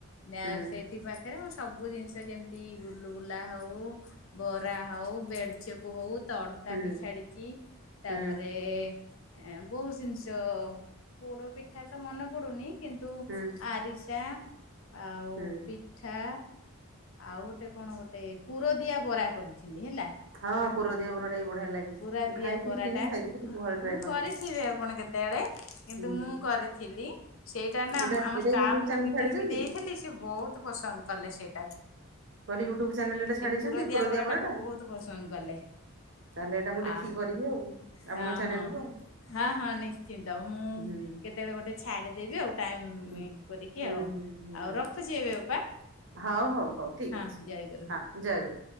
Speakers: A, on the left; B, on the right.
A: ନା
B: ହୁଁ
A: ସେ ସେଠି ପାଖରେ ମୁଁ ସବୁ ଜିନିଷ ଯେମିତି ଗୁଲୁ ଗୁଲା ହଉ। ବରା ହଉ ବେଡ ଚେପ୍ ହଉ ତରକାରୀ
B: ହୁଁ
A: ଛାଡ଼ିଛି ତାପରେ
B: ହୁଁ
A: ଏଁ ବହୁତ ଜିନିଷ ପୋଡ଼ ପିଠା ତ ମନେ ପଡୁନି କିନ୍ତୁ
B: ହୁଁ
A: ଆରିସା ଆଉ
B: ହୁଁ।
A: ପି ପିଠା ଆଉ ଗୋଟେ କଣ ଗୋଟେ ପୁରଦିଆ ବରା କରିଥିଲି ହେଲା।
B: ହଁ ପୁରଦିଆ ବରାଟା ବି ବଢ଼ିଆ ଲାଗେ।
A: ପୁର
B: ମୁଁ
A: ଦିଆ
B: ଖାଇଥିଲି
A: ବରା
B: କିଣିକି
A: ଟା,
B: ଖାଇଥିଲି କିନ୍ତୁ ଘରେ ଟ୍ରାଏ
A: ହଁ
B: କରିନି।
A: କରିଥିବେ ଆପଣ କେତେବେଳେ। କିନ୍ତୁ
B: ହୁଁ
A: ମୁଁ କରିଥିଲି। ସେଇଟା ନା
B: ଏଇଟା
A: ଆମ
B: ଏଇଟା
A: ଷ୍ଟାଫଙ୍କ
B: ୟୁଟ୍ୟୁବ ଚ୍ୟାନେଲ
A: ଭିତରେ
B: ଛାଡିଛନ୍ତି
A: ବି ଦେଇଥିଲି ସେ ବହୁତ ପସନ୍ଦ କଲେ ସେଇଟାକୁ।
B: ମୁଁ କହିଲି ୟୁଟ୍ୟୁବ ଚ୍ୟାନେଲ ରେ ଏଟା
A: ସେ
B: ଛାଡିଛନ୍ତି ପୁରଦିଆ
A: ବରାଟାକୁ
B: ବରାଟା?
A: ବହୁତ ପସନ୍ଦ କଲେ
B: ତାହେଲେ ଏଇଟା ମୁଁ ଦେଖିକି
A: ଆ
B: କରିବି ଆଉ,
A: ହଁ
B: ଆପଣଙ୍କ ଚ୍ୟାନେଲ
A: ହଁ।
B: ରୁ ଆଉ।
A: ହଁ ହଁ ନିଶ୍ଚିନ୍ତ, ମୁଁ
B: ହୁଁ।
A: କେତେବେଳେ ଗୋଟେ ଛାଡିଦେବି ଆଉ। ଟାଇମ
B: ହୁଁ
A: କରିକି
B: ହୁଁ
A: ଆଉ,
B: ହୁଁ ହୁଁ
A: ଆଉ ରଖୁଛି ଏବେ ଅପା?
B: ହଉ ହଉ ହଉ ଠିକ
A: ହଁ
B: ଅଛି,
A: ଜୟ ଗୁରୁ।
B: ହଁ ଜୟଗରୁ।